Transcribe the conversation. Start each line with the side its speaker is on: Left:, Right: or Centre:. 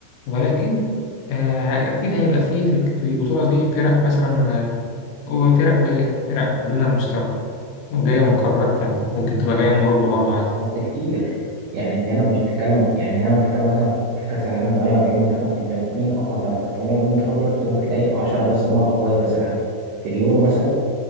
Left: ولكن آه، ه- أكيد هيبقى فيه في الك- في البطولة دي فرق مثلا آه، أو فرق قليلة فرق دون المستوى جاية من قارات تانية ممكن تبقى جاية من أوروبا برضو عادي
Right: بس كتير يعني انت هنا مش بتتكلم يعني هنا بتتكلم مثلا في كاس العالم 48 منتخب انت مين اقوى تم- 48 منتخب دول انت ممكن تلاقي 10 بس هم الاقوياء في كاس العالم في اليورو مثلا